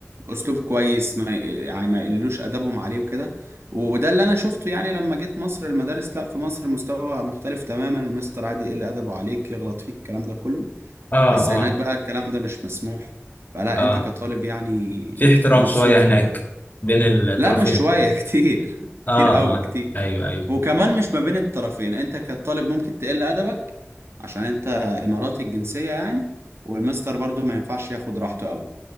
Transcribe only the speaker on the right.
أسلوب كويس ما يعني ما يقلوش أدبهم عليه وكده وده اللي أنا شفته يعني لما جيت مصر المدارس لا في مصر مستوى مختلف تماما المستر عادي يقل أدبه عليك يغلط فيك الكلام ده كله
بس
هناك بقى الكلام ده مش مسموح فلا
أنت كطالب يعني
مبسوط
هناك
لا مش شوية <laughs> كتير
كتير قوي
كتير
وكمان مش ما بين الطرفين انت كطالب ممكن تقل ادبك عشان انت اماراتي الجنسية يعني والمستر برضو ما ينفعش ياخد راحته قوي